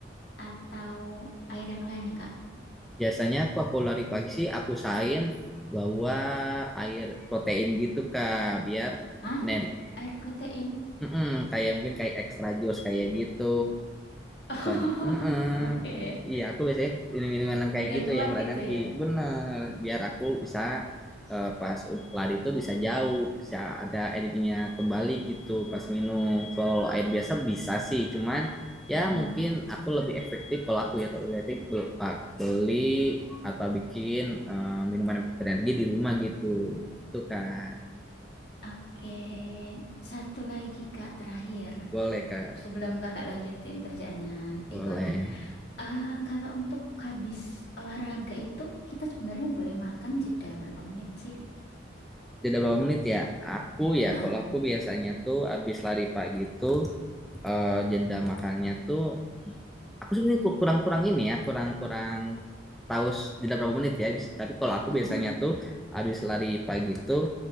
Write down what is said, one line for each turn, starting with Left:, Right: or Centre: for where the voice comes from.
Left: atau air yang lain nih Kak?
Centre: biasanya aku aku lari pagi sih aku usahain bawa air protein gitu kak biar
Left: Ah,
Centre: energi
Left: air protein. <laughs>
Centre: Mm-mm, kayak mungkin kayak extra jus kayak gitu
Left: Oh,
Centre: Soalnya, heeh.
Left: Oke,
Centre: Iya, aku biasanya minum-minuman yang kayak
Left: Biar
Centre: gitu yang
Left: kuat
Centre: berenergi.
Left: gitu ya.
Centre: Bener, biar aku bisa eh, pas ud- lari tuh bisa jauh, bisa ada energinya kembali gitu pas minum. Kalau air biasa bisa sih, cuman ya
Left: Mm-mm.
Centre: mungkin aku lebih efektif kalau aku ya kalau lebih efektif be- pa- beli atau bikin eh, minuman energi di rumah gitu. Itu Kak.
Left: Oke, satu lagi Kak terakhir.
Centre: Boleh Kak.
Left: Sebelum Kakak lanjutin kerjaannya
Centre: Boleh.
Left: di coding. Ah, kalau untuk habis olahraga itu kita sebenarnya boleh makan jeda berapa menit sih?
Centre: Tidak berapa menit ya? Aku
Left: Ah,
Centre: ya kalau aku biasanya tuh abis lari pagi tuh eh, jeda makannya tuh aku sebenarnya ku- kurang-kurang ini ya kurang-kurang tahu s- jeda berapa menit ya Bis- tapi kalau aku
Left: mm
Centre: biasanya tuh habis lari pagi tuh